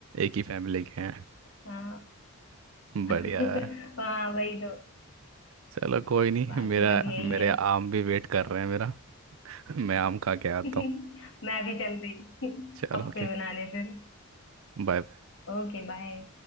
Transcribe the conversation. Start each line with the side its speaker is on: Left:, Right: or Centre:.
Right: एक ही फैमिली के हैं
Left: हाँ
Right: बढ़िया
Left: <laughs>
Right: है
Left: हाँ वही तो
Right: चलो कोई नहीं
Left: बाकी
Right: मेरा
Left: सब यही
Right: मेरे
Left: है
Right: आम भी वेट कर रहे हैं मेरा <laughs> मैं आम खा के आता
Left: <laughs>
Right: हूँ
Left: मैं भी चल रही
Right: चलो
Left: <laughs> अप्पे
Right: ओके
Left: बनाने फिर
Right: बाय बाय।
Left: Okay bye